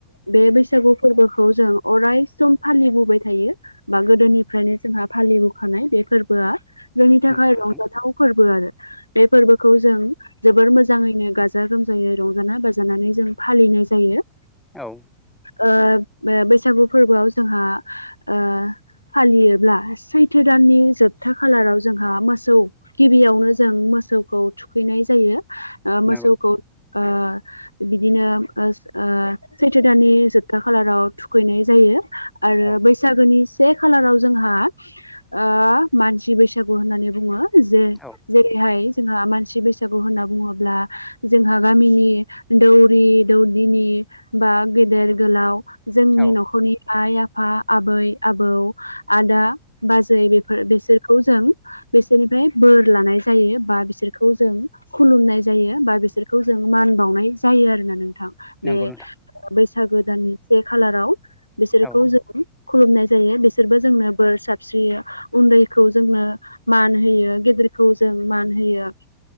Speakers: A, on the left; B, in the centre.
A: बे बैसागु फोरबोखौ जों अरायसम फालिबोबाय थायो बा गोदोनिफ्रायनो जोंहा फालिबोखानाय बे फोरबोआ जोंनि थाखाय
B: नंगौ नोंथां
A: रंजाथाव फोरबो आरो बे फोरबोखौ जों जोबोर मोजांङैनो गाजा गोमा जायो रंजानाय बाजानानै जों फालिनाय जायो
B: औ
A: ओ बैसागु फोरबोआव जोंहा ओ फालियोब्ला सैथो दाननि जोबथा खालाराव जोंहा मोसौ गिबियावनो जों मोसौखौ थुखैनाय जायो ओ
B: नंगौ
A: मोसौखौ ओ बिदिनो ओ सैथो दाननि जोबथा खालाराव थुखैनाय जायो आरो
B: औ
A: बैसागोनि से खालाराव जोंहा ओ मानसि बैसागु होननानै बुङो जे
B: औ
A: जेरैहाय जोंहा मानसि बैसागु होनना बुंङोब्ला जोंहा गामिनि दौरि दौदिनि बा गेदेर गोलाव जोंनि
B: औ
A: न'खरनि आइ आफा आबै आबौ आदा बाजै बेफोर बेसोरखौ जों बिसोरनिफ्राय बोर लानाय जायो बा बिसोरखौ जों खुलुमनाय जायो बा बिसोर खौ जों मान बावनाय जायो आरोोना नोंथां
B: नंगौ
A: बे
B: नोंथां
A: बैसागो दाननि से खालाराव बिसोरखौ
B: औ
A: जों खुलुमनाय जायो बिसोरबो जोंनो बोर सारस्रियो उन्दैखौ जोंनो मान होयो गेदेरखौ जों मान होयो